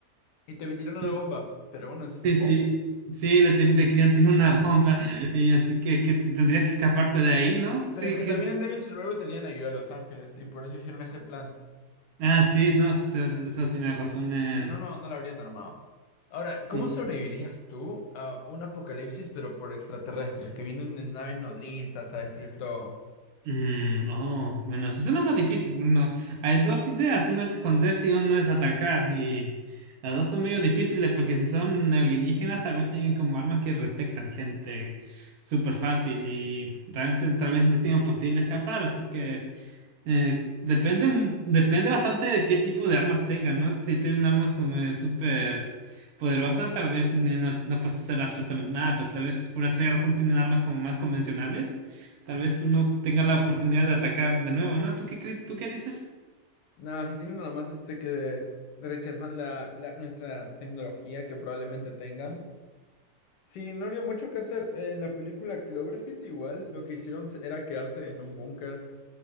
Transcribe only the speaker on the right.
no,
sí,
sí, sí, le, tienen- le querían tirar una <laughs> bomba, y así que, que tendrías que escaparte de ahí, ¿no?
Sí,
que,
ah, sí, no, sí, sí, eso, eso tienes razón, eh,
sí,
Mm, oh, bueno, eso suena más difícil. Uno, hay dos ideas, uno es esconderse y uno es atacar. Y las dos son medio difíciles porque si son alienígenas tal vez tengan como armas que detectan gente súper fácil y realmente tal vez no sea posible escapar. Así que eh, depende, mm, depende bastante de qué tipo de armas tengan, ¿no? Si tienen armas súper poderosas, tal vez ni- no, no puedes hacer absolutamente nada, pero tal vez por otra razón tienen armas como más convencionales. Tal vez uno tenga la oportunidad de atacar de nuevo, ¿no? ¿Tú qué, cre- tú qué dices?